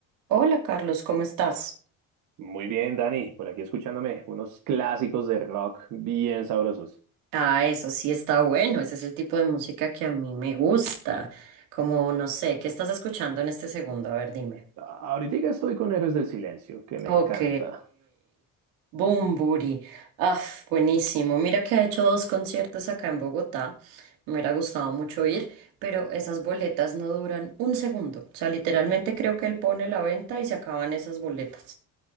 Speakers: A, on the right; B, on the right.
A: Hola Carlos, ¿cómo estás?
B: Muy bien, Dani, por aquí escuchándome unos clásicos de rock bien sabrosos.
A: Ah, eso sí está bueno, ese es el tipo de música que a mí me gusta. Como, no sé, ¿qué estás escuchando en este segundo? A ver, dime.
B: A- Ahorita estoy con Héroes del Silencio, que me
A: Ok,
B: encanta.
A: Bumburi. Ah, buenísimo. Mira que ha hecho dos conciertos acá en Bogotá. Me hubiera gustado mucho ir, pero esas boletas no duran un segundo. O sea, literalmente creo que él pone la venta y se acaban esas boletas.